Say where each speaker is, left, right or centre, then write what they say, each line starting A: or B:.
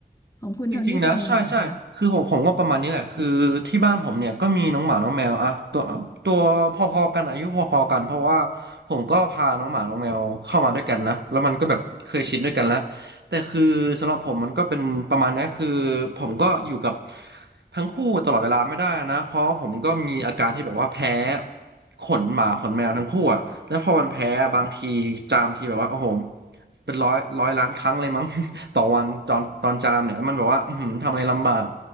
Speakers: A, on the left; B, on the right.
A: ของคุณโทนี่เป็นยังไงอะคะ
B: จริงๆนะใช่ใช่คือผมผมก็ประมาณนี้แหละคือที่บ้านผมเนี่ยก็มีน้องหมาน้องแมวอะตัวตัวพอๆกันอายุพอๆกันเพราะว่าผมก็พาน้องหมาน้องแมวเข้ามาด้วยกันนะแล้วมันก็แบบเคยชินด้วยกันแล้วแต่คือสำหรับผมมันก็เป็นประมาณนี้คือผมก็อยู่กับทั้งคู่ตลอดเวลาไม่ได้นะเพราะผมก็มีอาการที่แบบว่าแพ้ ขนหมาขนแมวทั้งคู่อ่ะแล้วพอมันแพ้บางทีจามทีแบบว่าโอ้โหเป็นร้อยร้อยล้านครั้งเลยมั้ง <laughs> ต่อวันตอนตอนจามเนี่ยแล้วมันแบบว่าอือหือทำอะไรลำบาก